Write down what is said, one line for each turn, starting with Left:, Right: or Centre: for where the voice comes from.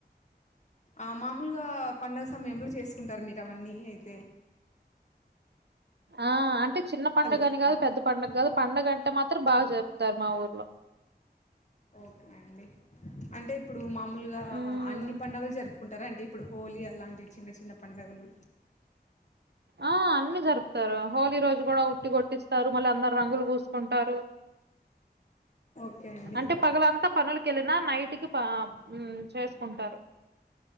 Left: ఆ మామూలుగా పండగ సమయంలో చేసుకుంటారు మీరు అవన్నీ అయితే
Right: ఆ అంటే చిన్న పండుగ
Left: హలో
Right: అని కాదు
Left: ఆ.
Right: పెద్ద పండగని కాదు పండగంటే మాత్రం బాగా జరుపుతారు మా ఊర్లో
Left: ఓకే అండి అంటే ఇప్పుడు మామూలుగా
Right: అవునా
Left: అన్ని పండుగలు జరుపుకుంటార అంటే ఇప్పుడు హోలీ అలాంటివి చిన్న చిన్న పండగలు
Right: ఆ అన్నీ జరుప్ తరు హోలీ రోజు కూడా ఉట్టి కొట్ మళ్ళ అందరు రంగులు పుసుకుంటారు
Left: ఓకే అండి
Right: అంటే పగలంతా పనులకేళ్ళినా నైట్కి ప ఆ హు చేసుకుంటారు